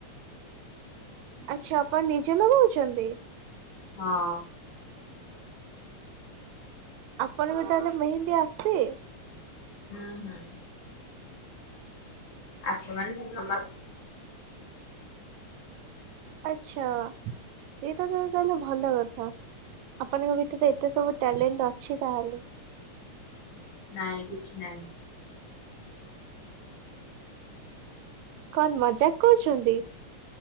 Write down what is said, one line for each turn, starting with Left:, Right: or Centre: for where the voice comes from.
Right: ଆଛା ଆପଣ ନିଜେ ଲଗଉଛନ୍ତି?
Left: ହଁ।
Right: ଆପଣଙ୍କୁ ତାହାଲେ ମେହେନ୍ଦୀ ଆସେ?
Left: ହୁଁ ହୁଁ। ଆସ ମାନେ। <unintelligible>
Right: ଆଛା ଏଇଟା ତ ତାହାଲେ ଭଲ କଥା। ଆପଣଙ୍କ ଭିତରେ ଏତେ ସବୁ ଟ୍ୟାଲେଣ୍ଟ ଅଛି ତାହେଲେ।
Left: ନାଇଁ କିଛି ନାହିଁ।
Right: କଣ ମଜାକ କହୁଚନ୍ତି?